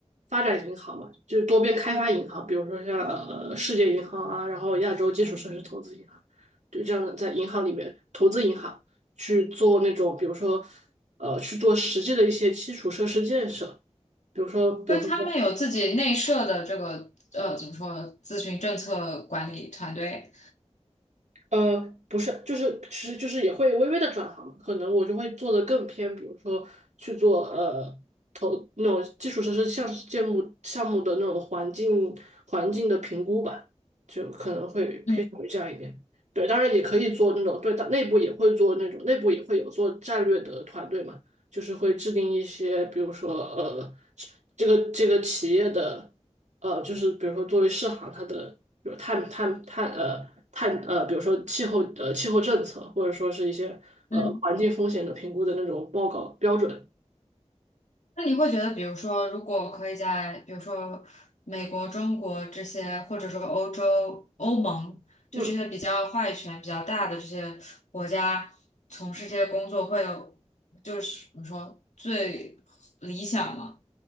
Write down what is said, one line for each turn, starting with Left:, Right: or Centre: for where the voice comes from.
Right: 发展银行嘛，就多边开发银行，比如说像呃世界银行啊，然后亚洲基础设施投资银行，就这样的在银行里面投资银行去做那种，比如说呃去做实际的一些基础设施建设，比如说比如说
Left: 就他们有自己内设的这个呃怎么说咨询政策管理团队。
Right: 呃，不是，就是其实就是也会微微的转行嘛可能我就会做的更偏，比如说去做呃投那种基础设施项项目项目的那种环境环境的评估吧，就可能会偏向于这样一点。
Left: 嗯
Right: 对，当然也可以做那种对，但内部也会做那种内部也会有做战略的团队嘛，就是会制定一些，比如说呃这个这个企业的。呃，就是比如说作为世行，它的比如碳碳碳呃碳呃，比如说气候呃气候政策，或者说是一些呃环境风险的评估的那种报告标准。
Left: 嗯，那你会觉得，比如说，如果可以在比如说美国、中国这些，或者说欧洲、欧盟，就这些比较话语权比较大的这些国家从事这些工作，
Right: 嗯。
Left: 会有就是怎么说最理想吗？